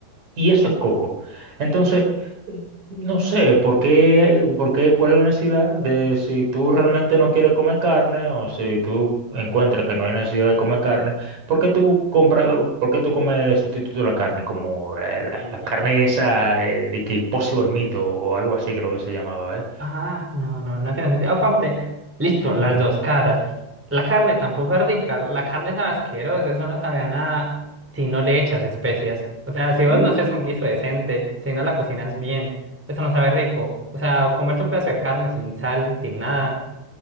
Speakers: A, on the right; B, in the centre.
A: Y eso es coco. Entonces, eh, no sé por qué, por qué, cuál es la necesidad de si tú realmente no quieres comer carne o si tú encuentras que no hay necesidad de comer carne, ¿por qué tú compras, por qué tú comes sustituto de la carne? Como eh,
B: sí,
A: la, la carne
B: sí, sí.
A: esa de, de que Impossible Meat o algo así creo que se llamaba, ¿eh?
B: Ah, no, no, no tiene sentido. Aparte, listo, las
A: Ujú.
B: dos caras. La carne tampoco es rica, la carne sabe asquerosa, eso no sabe a nada si no le echas especias. O sea, si vos
A: Mm.
B: no haces un guiso decente, si no la cocinas bien, eso no sabe rico. O sea, comerse un pedazo de carne sin sal, sin nada,